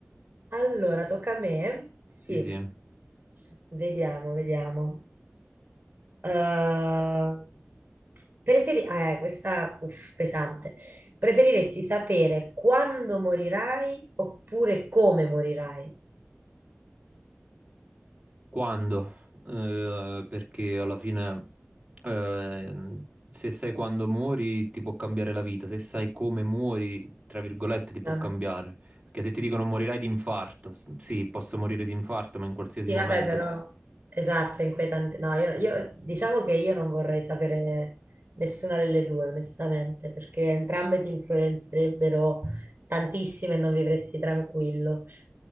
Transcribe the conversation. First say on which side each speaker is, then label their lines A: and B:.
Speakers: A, on the right; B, on the right.
A: Allora, tocca a me? Sì,
B: Sì, sì.
A: vediamo, vediamo. Eh, preferi- ah, eh, questa, uff, pesante. Preferiresti sapere quando morirai oppure come morirai?
B: Quando? Eh, perché alla fine, eh, se sai quando muori, ti può cambiare la vita. Se sai come muori, tra virgolette, ti può
A: No,
B: cambiare. Perché se ti dicono morirai di infarto, s- sì, posso morire di infarto, ma in qualsiasi
A: Sì,
B: momento.
A: vabbè, però esatto, è inquietante. No, io, io- diciamo che io non vorrei sapere nessuna delle due, onestamente, perché entrambe ti influenzerebbero tantissime e non vivresti tranquillo.